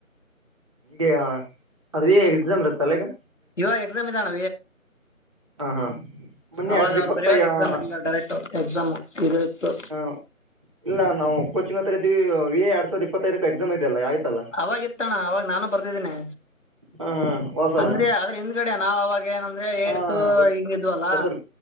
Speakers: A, on the right (about 20°); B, on the left (about 60°).
A: ಈ ಅದ ಎಕ್ಸಾಮ್ ಇರುತ್ತಲ್ಲ ಈಗ
B: ಇವಾಗ ಎಕ್ಸಾಮ್ ಇದಾನ
A: ಹ ಹಾ ಮೊನ್ನೆ
B: ಅವಾಗ
A: ಎರಡ್ ಸಾವಿರದ
B: ಅವ್ರು
A: ಇಪ್ಪತ್ತ
B: ಬರಿಯುವಾಗ ಎಕ್ಸಾಮ್ ಇರಲಿಲ್ಲ ಅಣ್ಣ ಡೈರೆಕ್ಟ್ ಎಕ್ಸಾಮ್ ಇದ್ ಇತ್ತು
A: ಹ ಇಲ್ಲ ನಾವು ಕೋಚಿಂಗ್ ಹತ್ರ ಇದೀವಿ ವಿ. ಎ ಎರಡ್ ಸಾವಿರದ ಇಪ್ಪತ್ತೈದಕ್ಕೆ ಎಕ್ಸಾಮ್ ಇದೆೆಯಲ್ಲ ಆಯ್ತಲ್ಲ
B: ಅವಾಗ ಇತ್ತಣ್ಣ ಅವಾಗ ನಾನು ಬರ್ತಿದ್ದೀನಿ
A: ಹಾ ಹೊಸಲ
B: ಅಂದ್ರೆ ಆದ್ರ್ ಹಿಂದ್ಗಡೆ ನಾವ ಅವಾಗ ಏನ ಅದೇ ಏಡ್ತ
A: ಹಾ ಗೊತ್
B: ಹಿಂಗಿದ್ವಲ್ಲ
A: ಗೊತ್ತದ